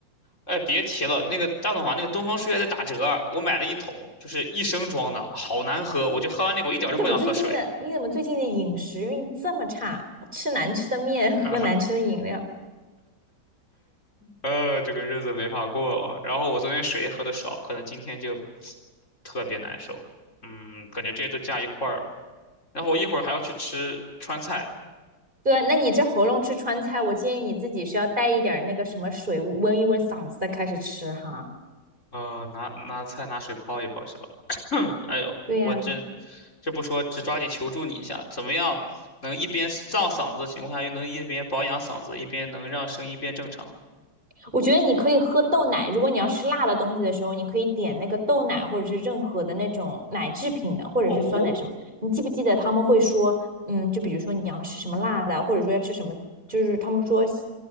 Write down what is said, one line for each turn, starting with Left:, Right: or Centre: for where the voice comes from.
Left: 哎，别提了，那个大董房那个东方树叶在打折，我买了一桶，就是一升装的，好难喝，我就喝完那个，我一点儿都不想喝水。
Right: 你怎么最近的，你怎么最近的饮食运这么差？吃难吃的面，
Left: <laughs>
Right: 喝难吃的饮料。
Left: 呃，这个日子没法过了。然后我昨天水也喝的少，可能今天就特别难受。嗯，感觉这些都加一块儿了。然后我一会儿还要去吃川菜，
Right: 对，那你这喉咙吃川菜，我建议你自己是要带一点儿那个什么水温一温嗓子再开始吃哈。
Left: 呃，拿拿菜拿水泡一泡是吧？<coughs> <clears throat> 哎呦，
Right: 对呀、
Left: 我这这不说，只抓紧求助你一下，怎么样能一边胀嗓子的情况下，又能一边保养嗓子，一边能让声音变正常？
Right: 我觉得你可以喝豆奶，如果你要吃辣的东西的时候，你可以点那个豆奶，或者是任何的那种奶制品的，或者是酸奶什么。
Left: 哦，
Right: 你记不记得他们会说，嗯，就比如说你要吃什么辣的，或者说要吃什么，就是他们说